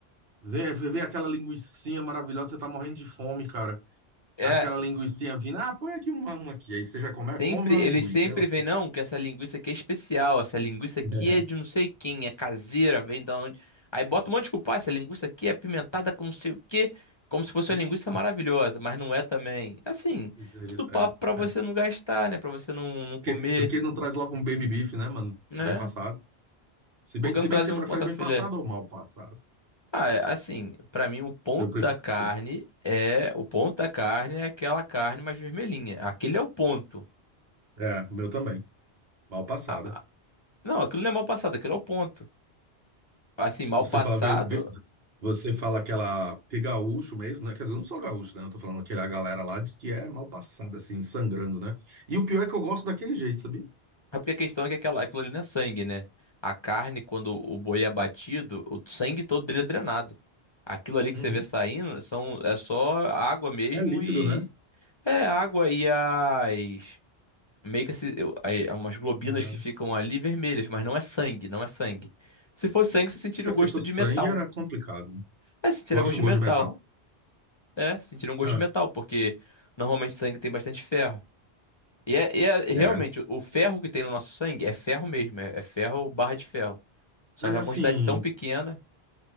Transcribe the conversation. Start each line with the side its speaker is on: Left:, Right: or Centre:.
Right: vê, vê vê aquela linguicinha maravilhosa, você tá morrendo de fome, cara.
Left: É,
Right: Aquela linguicinha vindo, ah, põe aqui uma, uma aqui. Aí você já come, ah,
Left: Sempre,
Right: come uma
Left: ele
Right: linguiça,
Left: sempre
Right: aí lascou.
Left: vem, não, que essa linguiça aqui é especial, essa linguiça aqui
Right: <laughs>
Left: é de não sei quem, é caseira, vem da onde. Aí bota um monte de culpa, "Ah, essa linguiça aqui é apimentada com não sei o quê, como se fosse
Right: É.
Left: uma linguiça
Right: Ah,
Left: maravilhosa, mas não é também. Assim,
Right: desse jeito,
Left: tudo papo
Right: é,
Left: pra você
Right: é.
Left: não gastar, né? Pra você não, não
Right: Porque,
Left: comer,
Right: porque não traz logo um baby beef, né, mano?
Left: né?
Right: Bem passado. Se bem,
Left: Por que
Right: se
Left: não traz
Right: bem que você
Left: um
Right: prefere
Left: contrafilé?
Right: bem passado ou mal passado.
Left: Ah, é, assim, pra mim o ponto
Right: Eu prefiro.
Left: da carne
Right: eu-
Left: é, o ponto da carne é aquela carne mais vermelhinha. Aquele é o ponto.
Right: É, o meu também. Mal passada.
Left: Ah, Não, aquilo não é mal passado, aquilo é o ponto assim, mal
Right: Você
Left: passado
Right: fala, vê, vê- Você fala aquela. Que gaúcho mesmo, né? Quer dizer, eu não sou gaúcho, né? Eu tô falando que a galera lá diz que é mal passada, assim, sangrando, né? E o pior é que eu gosto daquele jeito, sabia?
Left: É porque a questão é que aquela, aquilo ali não é sangue, né? A carne, quando o boi é abatido, o sangue todo dele é drenado. Aquilo ali que
Right: Uhum.
Left: você vê saindo são, é só água mesmo
Right: É líquido,
Left: e.
Right: né?
Left: É, água e as. Meio que se, eu- aí, há umas globinas
Right: É.
Left: que ficam ali vermelhas, mas não é sangue, não é sangue. Se fosse sangue, você sentiria
Right: Até
Left: o
Right: porque
Left: gosto
Right: seu
Left: de
Right: sangue
Left: metal.
Right: era complicado. né?
Left: É, sentiria
Right: Tu acha
Left: gosto de
Right: um gosto
Left: metal.
Right: de metal?
Left: É, sentiria um gosto
Right: Ah,
Left: de metal, porque normalmente sangue tem bastante ferro. E é, e é- e realmente,
Right: é.
Left: o ferro que tem no nosso sangue é ferro mesmo, é é ferro barra de ferro. Só
Right: Mas
Left: que
Right: assim,
Left: é uma quantidade tão pequena.